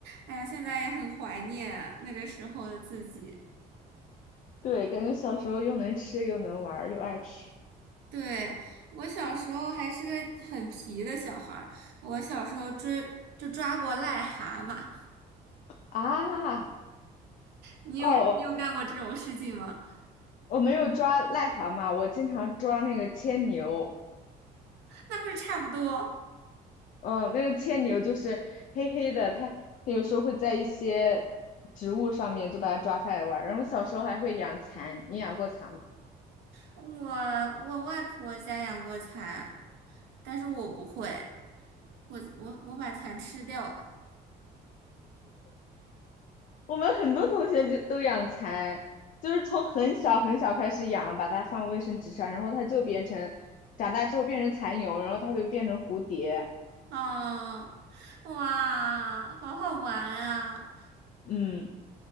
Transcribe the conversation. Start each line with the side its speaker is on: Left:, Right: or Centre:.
Right: 哎呀，现在也很怀念那个时候的自己。
Left: 对，感觉小时候又能吃又能玩儿又爱吃
Right: 对，我小时候还是个很皮的小孩儿，我小时候追就抓过癞蛤蟆。
Left: 啊！
Right: 你有你有干过这种事情吗？
Left: 哦，我没有抓癞蛤蟆，我经常抓那个牵牛。
Right: 那不是差不多。
Left: 嗯，那个牵牛就是黑黑的，它它有时候会在一些植物上面就把它抓下来玩儿。然后小时候还会养蚕，你养过蚕吗？
Right: 我我外婆家养过蚕，但是我不会，我我我把蚕吃掉了。
Left: 我们很多同学就都养蚕，就是从很小很小开始养，把它放卫生纸上，然后它就变成长大之后变成蚕蛹，然后它就变成蝴蝶。
Right: 啊，哇，好好玩啊！
Left: 嗯